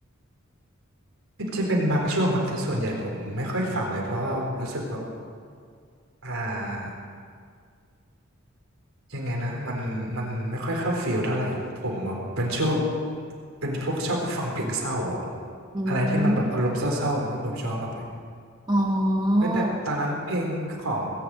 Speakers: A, on the right; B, on the right.
A: จะเป็นบางช่วงครับแต่ส่วนใหญ่ผมไม่ค่อยฟังเลยเพราะว่ารู้สึกแบบอ่ายังไงนะมันมันไม่ค่อยเข้าฟิลเท่าไหร่ผมอะเป็นช่วงเป็นพวกชอบฟังเพลงเศร้าอะ
B: อื
A: อะไรที่มันแบบอารมณ์เศร้าๆนั่นผมชอบมากเลย
B: มอ๋อ
A: เว้ยแต่ตอนนั้นเพลงของ